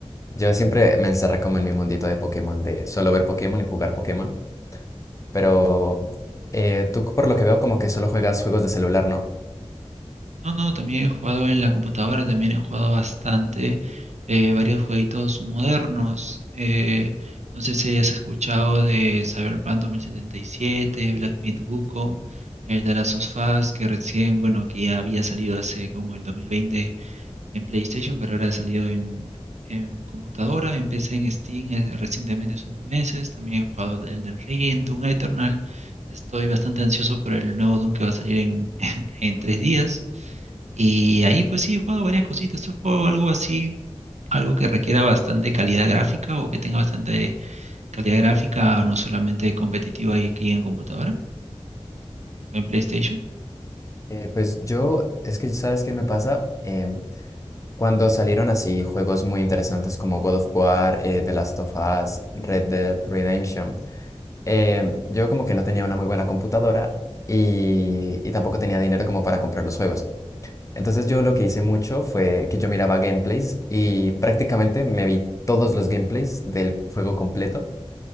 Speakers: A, on the left; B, on the right.
A: Yo siempre me encerré como en mi mundito de Pokémon, de solo ver Pokémon y jugar Pokémon. Pero eh, tú por lo que veo como que solo juegas juegos de celular, ¿no?
B: No, no, también he jugado en la computadora, también he jugado bastante eh, varios jueguitos modernos. Eh, no sé si hayas escuchado de Cyberpunk 2077, Black Myth Wukong, el de Last of Us, que recién, bueno, que ya había salido hace como el 2020 en PlayStation, pero ahora ha salido en, en computadora. Empecé en Steam eh, recientemente, hace unos meses. También he jugado el del Ring, Doom Eternal. Estoy bastante ansioso por el nuevo Doom que va a salir en, <laughs> en tres días. Y ahí pues sí he jugado varias cositas. Solo juego algo así, algo que requiera bastante calidad gráfica o que tenga bastante calidad gráfica, no solamente competitiva y aquí en computadora o en PlayStation.
A: Eh, pues yo, es que ¿sabes qué me pasa? Em, Cuando salieron así juegos muy interesantes como God of War, eh, The Last of Us, Red Dead Redemption, eh, yo como que no tenía una muy buena computadora y, y tampoco tenía dinero como para comprar los juegos. Entonces yo lo que hice mucho fue que yo miraba gameplays y prácticamente me vi todos los gameplays del juego completo,